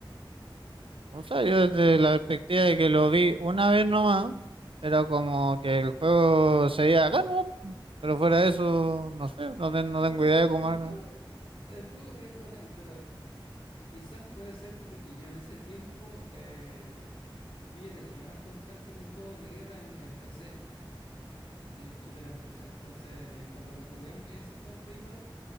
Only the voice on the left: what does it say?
Sí,
pero
por eso,
el,
el
juego, el juego es bacán, pero quizás puede ser porque yo en ese tiempo eh, yo ya tenía más contacto con juegos de guerra en, en PC. Es el shooter en PC. Entonces, cuando lo jugué, ese juego en Play 2,